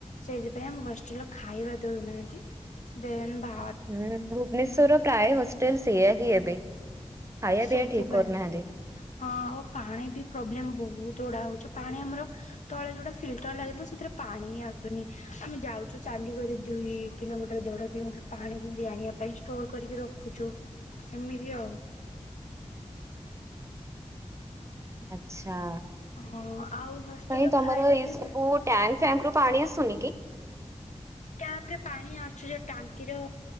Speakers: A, on the left (about 75°); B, on the right (about 25°).
A: ସେଇଥିପାଇଁ ଆମ ହଷ୍ଟେଲରେ ଖାଇବା ଦଉନାହାନ୍ତି ଦେନ୍ ଭା
B: ହୁଁ ଭୁବନେଶ୍ଵରର ପ୍ରାୟ ହଷ୍ଟେଲ ସେଇଆହିଁ ଏବେ। ଖାଇବା
A: ସେଇଥିପାଇଁ
B: ପିଇବା ଠିକ କରୁନାହାନ୍ତି
A: ହଁ ଆଉ ପାଣି ବି ପ୍ରୋବ୍ଲେମ ବହୁତ ଗୁଡା ହଉଛି ପାଣି ଆମର ତଳେ ଯୋଉଟା ଫିଲ୍ଟର ଲାଗିଥିଲା ସେଥିରେ ପାଣି ହିଁ ଆସୁନି ଆମେ ଯାଉଛୁ ଚାଲିିକରି ଦୁଇ କିଲୋମିଟର ଦେଢ କିଲୋମିଟର ପାଣି ଭରି ଆଣିବା ପାଇଁ। ଷ୍ଟୋର କରିକି ରଖୁଛୁ ଏମିତି ଆଉ
B: ଆଛା
A: ହଁ ଆଉ ହଷ୍ଟେଲର
B: କାଇଁ ତମର
A: ଖାଇବା
B: ଏ
A: ପିଇବା
B: ସବୁ। ଟ୍ୟାଙ୍କ ଫ୍ୟାଙ୍କ ରୁ ପାଣି ଆସୁନି କି?
A: ଟ୍ୟାପ ରେ ପାଣି ଆସୁଛି ଯେ ଟାଙ୍କିର